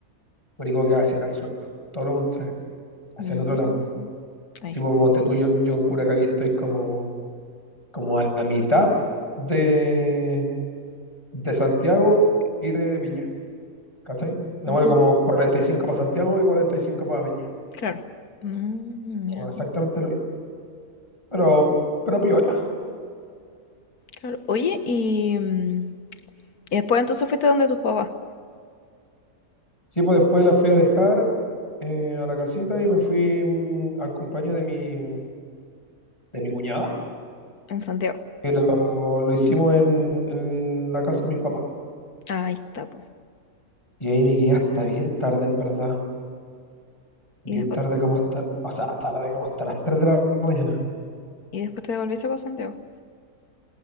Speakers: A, on the left (about 20°); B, on the left (about 80°).
A: Curicó queda hacia el sur, po. todo lo contrario, hacia
B: Mm,
A: el otro lado.
B: ahí
A: Si
B: está.
A: pues, ponte tú, yo, yo en Curacaví estoy como, como a la mitad de, de Santiago y de Viña, ¿cachai? Me
B: Ujú,
A: muero como 45 para Santiago y 45 para Viña.
B: claro. Mm, mira,
A: Como exactamente
B: tú.
A: lo mismo, pero, pero piola.
B: claro. Oye, y, mm, y después entonces fuiste donde tus papás,
A: Sí, pues después la fui a dejar eh, a la casita y me fui mm, al cumpleaños de mi, de mi cuñada,
B: en Santiago.
A: que lo, lo hicimos en, en la casa de mis papás.
B: Ahí está,
A: Y ahí me quedé hasta bien tarde, en verdad. Bien
B: Y después,
A: tarde como hasta, o sea, hasta la como hasta las 3 de la mañana.
B: y después te devolviste para Santiago.